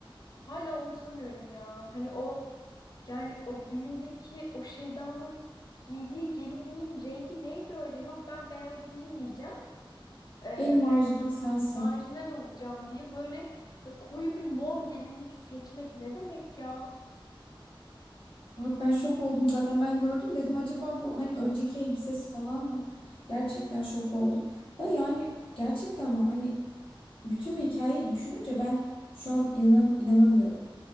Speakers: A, on the left; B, on the left.
A: Hala unutamıyorum ya. Hani o yani o düğündeki o Şeyda'nın giydiği gelinliğin rengi neydi öyle? Yok ben beyaz giymeyeceğim. Ee,
B: En marjinal sensin.
A: marjinal olacağım diye böyle ya koyu bir mor gelinlik seçmek ne demek ya?
B: Abi ben şok oldum zaten ben gördüm. Dedim acaba bu hani önceki elbisesi falan mı? Gerçekten şok oldum. Da yani gerçekten ama hani bütün bir hikayeyi düşününce ben şu an inanam inanamıyorum.